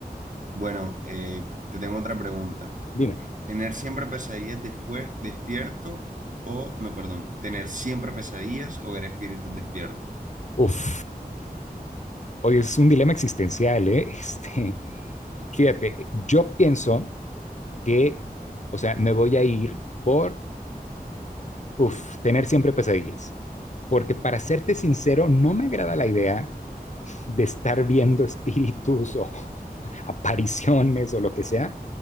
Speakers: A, on the right (about 55°); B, on the left (about 50°).
A: Bueno, eh, te tengo otra pregunta.
B: Dime.
A: ¿Tener siempre pesadillas después despierto o, no, perdón, tener siempre pesadillas o ver espíritus despierto?
B: Uf, oye, es un dilema existencial, ¿eh? <laughs> Este, fíjate, yo pienso que, o sea, me voy a ir por Uf, tener siempre pesadillas. Porque para serte sincero, no me agrada la idea de estar viendo espíritus o <laughs> apariciones o lo que sea